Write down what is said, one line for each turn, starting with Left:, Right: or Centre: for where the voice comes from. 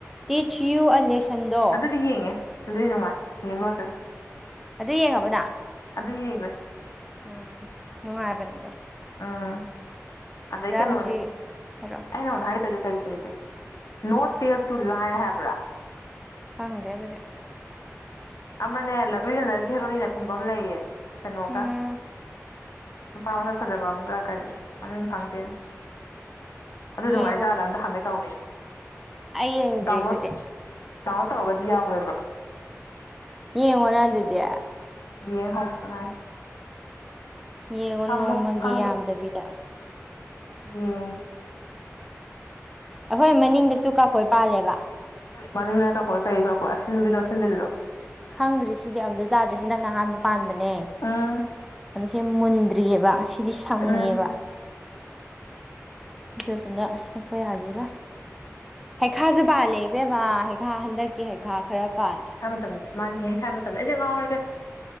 Centre: ꯇꯤꯆ ꯌꯨ ꯑꯂꯦꯁꯟꯗꯣ
Left: ꯑꯗꯨꯗꯤ ꯌꯦꯡꯉꯦ ꯑꯗꯨꯗꯤ ꯅꯨꯡꯉꯥꯏ ꯌꯦꯡ ꯂꯣꯢꯈꯔꯦ
Centre: ꯑꯗꯨ ꯌꯦꯡꯉꯕ ꯅꯪ
Left: ꯑꯗꯨ ꯌꯦꯡꯈꯔꯦ
Centre: ꯎꯝ ꯅꯨꯡꯉꯥꯏꯕꯅꯦ ꯑꯗꯨ
Left: ꯎꯝ ꯑꯗꯩ ꯀꯩꯅꯣꯅꯤ
Centre: ꯍꯧꯖꯤꯛ
Left: ꯑꯩꯅ
Centre: ꯍꯥꯏꯔꯛꯑꯣ
Left: ꯅꯉꯣꯟꯗ ꯍꯥꯏꯒꯦ ꯇꯧꯔꯤꯁꯦ ꯀꯔꯤ ꯀꯔꯤ ꯀꯔꯤ ꯅꯣ ꯇꯦꯜ ꯇꯨ ꯂꯥꯏ ꯍꯥꯏꯕ꯭ꯔꯥ
Centre: ꯈꯪꯗꯦ ꯑꯗꯨꯗꯤ
Left: ꯑꯃꯅꯦ ꯂꯛꯂꯤꯗꯅ ꯍꯦꯔꯣꯅꯤꯅ ꯀꯨꯝꯕ ꯑꯃ ꯂꯩꯌꯦ ꯀꯩꯅꯣꯒ
Centre: ꯎꯝ
Left: ꯅꯨꯄꯥ ꯃꯁꯛ ꯐꯖꯕ ꯑꯃꯒ ꯀꯔꯤ ꯃꯃꯤꯡ ꯈꯪꯗꯦꯅꯦ ꯑꯗꯨ
Centre: ꯌꯦꯡꯉꯣ
Left: ꯅꯨꯡꯉꯥꯏꯖꯥꯠꯂ ꯑꯝꯇ ꯍꯪꯒꯦ ꯇꯧꯅꯦ
Centre: ꯑꯩ ꯌꯦꯡꯗ꯭ꯔꯤ
Left: ꯗꯥꯎꯟꯂꯣꯗ
Centre: ꯑꯗꯨꯗꯤ
Left: ꯗꯥꯎꯔꯣꯠ ꯇꯥꯎꯔꯒꯗꯤ ꯌꯥꯎꯋꯦꯕ
Centre: ꯌꯦꯡꯉꯣꯅ ꯑꯗꯨꯗꯤ
Left: ꯌꯦꯡ ꯍꯧꯗ ꯉꯥꯏꯔꯤ
Centre: ꯌꯦꯡꯉꯣ
Left: ꯊꯝꯃꯣ
Centre: ꯅꯣꯡꯃꯒꯤ
Left: ꯈꯪꯗꯦ
Centre: ꯌꯥꯝꯗꯕꯤꯗ
Left: ꯌꯦꯡꯒꯦ
Centre: ꯑꯩꯈꯣꯏ ꯃꯅꯤꯡꯗꯁꯨ ꯀꯥꯐꯣꯏ ꯄꯥꯜꯂꯦꯕ
Left: ꯃꯅꯤꯡꯗ ꯀꯐꯣꯏ ꯀꯔꯤ ꯀꯥꯐꯣꯏ ꯑꯁꯤꯟꯕꯤꯔꯣ ꯁꯤꯟꯗꯕꯤꯔꯣ
Centre: ꯈꯪꯗ꯭ꯔꯤ ꯁꯤꯗꯤ ꯑꯝꯇ ꯆꯥꯗ꯭ꯔꯤ ꯍꯟꯗꯛꯅ ꯍꯥꯟꯕ ꯄꯥꯟꯕꯅꯦ
Left: ꯎꯝ
Centre: ꯑꯗꯨꯁꯤ ꯃꯨꯟꯗ꯭ꯔꯤꯌꯦꯕ ꯁꯤꯗꯤ ꯁꯪꯉꯦꯕ
Left: ꯎꯝ
Centre: ꯑꯗꯨꯗꯨꯅ ꯍꯦꯛꯄ ꯌꯥꯒꯥꯔꯣꯏ ꯍꯩꯈꯥꯁꯨ ꯄꯥꯜꯂꯦ ꯏꯕꯦꯝꯃꯥ ꯍꯩꯈꯥ ꯍꯟꯗꯛꯀꯤ ꯍꯩꯈꯥ ꯈꯔ ꯄꯥꯜꯂꯦ
Left: ꯇꯝꯗ ꯃꯟꯅꯥ ꯍꯦ ꯍꯩꯈꯥ ꯍꯥꯏꯕ ꯃꯇꯝꯗ ꯑꯩꯁꯦ ꯉꯥꯎꯔꯦꯗꯥ